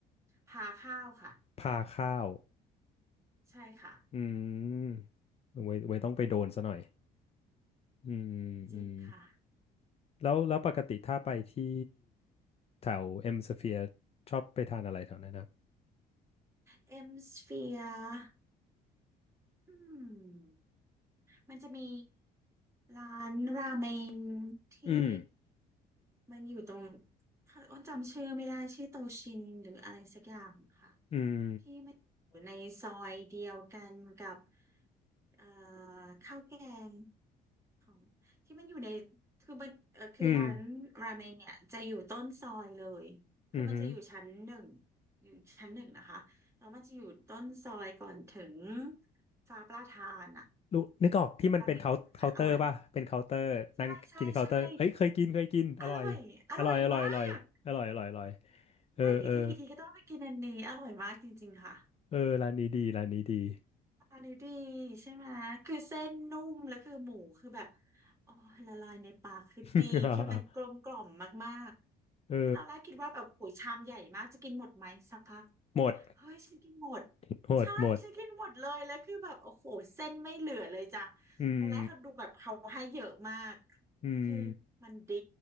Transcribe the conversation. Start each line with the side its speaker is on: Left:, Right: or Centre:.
Right: พาข้าวค่ะ
Left: พาข้าว
Right: ใช่ค่ะ
Left: อืมไว้ไว้ต้องไปโดนซะหน่อยอืมอืม
Right: จริงค่ะ
Left: แล้วแล้วปกติถ้าไปที่แถวเอ็มสเฟียชอบไปทานอะไรแถวนั้นนะครับ
Right: เอ็มสเฟียร์อืม มันจะมีร้านราเมงที่
Left: อืม
Right: มันอยู่ตรงอ้นจำชื่อไม่ได้ชื่อโตชินหรืออะไรสักอย่างค่ะ
Left: อืม
Right: ที่มันอยู่ในซอยเดียวกันกับเอ่อข้าวแกงของที่มันอยู่ในคือมันเอ่อคือร้านราเมงเนี่ยจะอยู่ต้นซอยเลยคือมันจะอยู่ชั้นหนึ่ง
Left: อืม อือหือ
Right: อยู่ชั้นหนึ่งนะคะแล้วมันจะอยู่ต้นซอยก่อนถึงฟ้าประทานอะ
Left: รู้นึกออกที่มันเป็นเคาน์เคาน์เตอร์ป่ะ
Right: ราเมงตรงนั้นอะอร่อย
Left: เป็นเคาน์เตอร์นั่งกินเคาน์เตอร์เอ้ยเคยกินเคยกินอร่อย
Right: ใช่ใช่อร่อยอร่อยมาก
Left: อร่อยอร่อยอร่อยอร่อยอร่อยอร่อยเออเออ
Right: ได้กี่ทีกี่ทีก็ต้องไปกินอันนี้อร่อยมากจริงๆค่ะ
Left: เออร้านนี้ดีร้านนี้ดี
Right: อันนี้ดีใช่ไหมคือเส้นนุ่มแล้วคือหมูคือแบบอ๋อละลายในปากคือดีคือมันกลมกล่อมมากๆคือตอนแรกคิดว่าแบบโอ้ยชามใหญ่มากจะกินหมดไหมสักพัก
Left: <laughs> เออหมด
Right: เฮ้ยฉันกินหมด
Left: <laughs> หมดหมด
Right: ใช่ฉันกินหมดเลยแล้วคือแบบโอ้โหเส้นไม่เหลือเลยจ้ะ
Left: อืม
Right: ตอนแรกเขาดูแบบเขาให้เยอะมาก
Left: อืม
Right: ก็คือมันดี